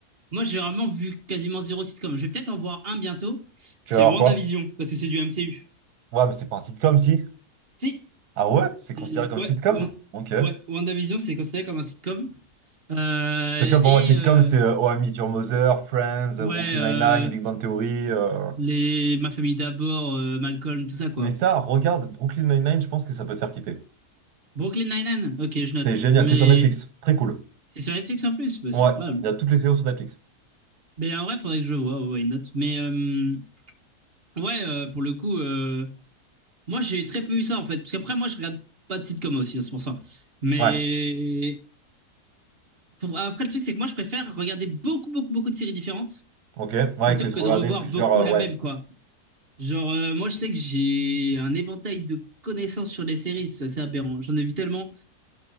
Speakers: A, on the right (about 40°); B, on the right (about 85°).
A: Moi, j'ai vraiment vu quasiment zéro sitcom. Je vais peut-être en voir un bientôt. C'est
B: tu vas voir
A: WandaVision,
B: quoi?
A: parce que c'est du MCU.
B: Ouais, mais c'est pas un sitcom si.
A: Si,
B: Ah ouais? C'est
A: c'est-
B: considéré comme
A: ouais,
B: sitcom?
A: Wan-
B: Ok.
A: ouais, WandaVision, c'est considéré comme un sitcom. Euh,
B: Tu vois, pour
A: et
B: moi, sitcom,
A: euh,
B: c'est euh, Oh, I Met Your Mother, Friends,
A: ouais,
B: euh, Brooklyn
A: euh,
B: Nine-Nine, Big Bang Theory. euh.
A: les Ma famille d'abord, euh, Malcolm, tout ça quoi.
B: Mais ça, regarde Brooklyn Nine-Nine, je pense que ça peut te faire kiffer.
A: Brooklyn Nine-Nine, ok, je
B: C'est
A: note.
B: génial,
A: Mais
B: c'est sur Netflix. Très cool.
A: c'est sur Netflix en plus, mais
B: Ouais,
A: c'est incroyable.
B: il y a toutes les séries sur Netflix.
A: Mais en vrai, faudrait que je vois, ouais, why not. Mais euh, ouais, euh, pour le coup, euh, moi j'ai très peu eu ça en fait. Parce qu'après, moi je regarde pas de sitcom aussi, hein, c'est pour ça. Mais
B: Ouais,
A: pour- après, le truc, c'est que moi je préfère regarder beaucoup, beaucoup, beaucoup de séries différentes
B: ok. Ouais,
A: plutôt
B: que tu
A: que
B: regardais
A: de revoir
B: plusieurs.
A: beaucoup
B: euh,
A: la
B: ouais,
A: même, quoi. Genre, euh, moi je sais que j'ai un éventail de connaissances sur les séries, c'est assez aberrant. J'en ai vu tellement.